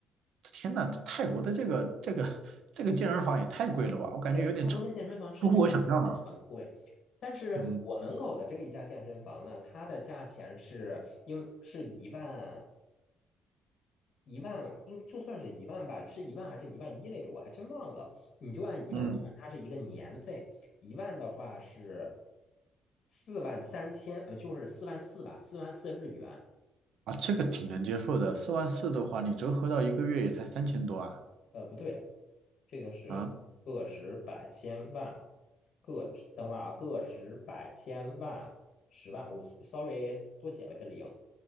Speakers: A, on the right; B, on the left.
A: 天呐，这泰国的这个这个这个健身房也太贵了吧，我感觉有点超
B: 对，泰国的健身房是这个价钱，
A: 出乎我想象了。
B: 真的很贵。但是我门口的这一家健身房呢，
A: 嗯
B: 它的价钱是应是一万一万，应就算是一万吧，是一万还是一万一来着？我还真忘了。你就按一万算，
A: 嗯，
B: 它是一个年费，一万的话是四万三千，呃，就是四万四吧，四万四日元。
A: 啊，这个挺能接受的，四万四的话你折合到一个月也才三千多啊
B: 呃，不对，这个是个十百千万，
A: 啊
B: 个等会儿啊，个十百千万十万，我 sorry 多写了个零